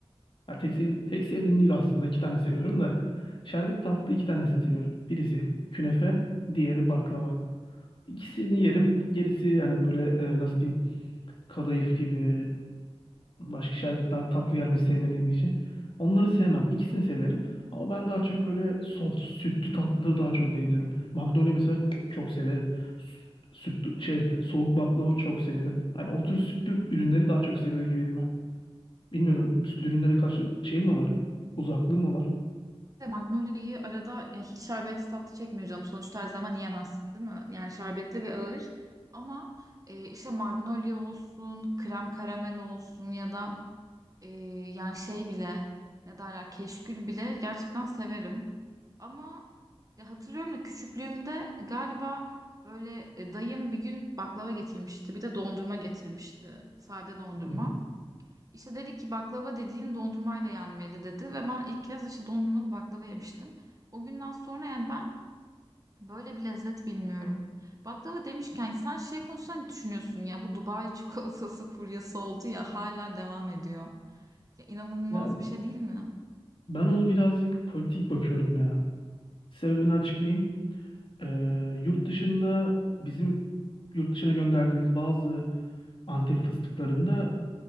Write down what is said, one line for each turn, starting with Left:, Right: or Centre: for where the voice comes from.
Left: Ya tek, sev, tek sevdiğim değil aslında iki tane seviyorum da. Şerbetli tatlıda iki tanesini seviyorum. Birisi künefe, diğeri baklava. İkisini yerim. Gerisi hani böyle e, nasıl diyeyim kadayıf gibi Başka şerbet daha tatlı gelmesi sevmediğim için. Onları sevmem. İkisini severim. Ama ben daha çok böyle soft, sütlü tatlıları daha çok beğeniyorum. Magnolia mesela çok severim. Sü- Sütlü, şey, soğuk baklava çok severim. yani o tür sütlü ürünleri daha çok seviyor gibiyim ben. Bilmiyorum sütlü ürünlere karşı şey mi var? Uzaklığı mı var?
Right: Ve Magnolia'yı arada ya hiç şerbetli tatlı çekmiyor canım. Sonuçta her zaman yiyemezsin değil mi? Yani şerbetli ve ağır. Ama e, işte Magnolia olsun, krem karamel olsun ya da e, yani şey bile ne derler keşkül bile gerçekten severim. Ama ya hatırlıyorum da küçüklüğümde galiba böyle e, dayım bir gün baklava getirmişti. Bir de dondurma getirmişti. Sade dondurma.
Left: <laughs>
Right: İşte dedi ki baklava dediğin dondurmayla yenmeli dedi ve ben ilk kez işte dondurmalı baklava yemiştim. O günden sonra yani ben böyle bir lezzet bilmiyorum. Baklava demişken sen şey konusunda ne düşünüyorsun ya bu Dubai <laughs> çikolatası furyası oldu ya hala devam ediyor. Ya inanılmaz
Left: Ya
Right: bir şey değil mi?
Left: ben onu birazcık politik bakıyorum ya. Sebebini açıklayayım. Ee, yurt dışında bizim yurt dışına gönderdiğimiz bazı Antep fıstıklarında